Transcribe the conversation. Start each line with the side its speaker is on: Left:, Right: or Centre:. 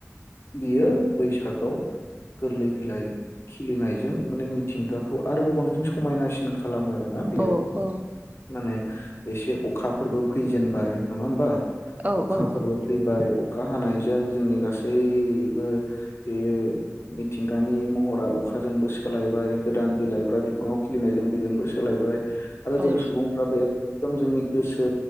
Left: बियो बैसागआव गोरलै बिलाइ खिलिनाय जों माने मिथिंगाखौ आरोबाव बांसिन समायनासिन खालामो आरोना बेयाव
Right: औ औ
Left: माने एसे अखाफोरबो फैजेनबाय नङा होमबा
Right: औ
Left: अखाफोरबो
Right: औ नंगौ
Left: फैबाय अखा हानाय जों जोंनि गासैबो इयो मिथिंगानि महरा अखाजोंबो सोलायबाय गोदान बिलाइफ्रा बिफाङाव खिलिनायजों बेजोंबो सोलायबाय आरो
Right: औ
Left: जों सुबुंफ्राबो एखदम जोंनि गोसो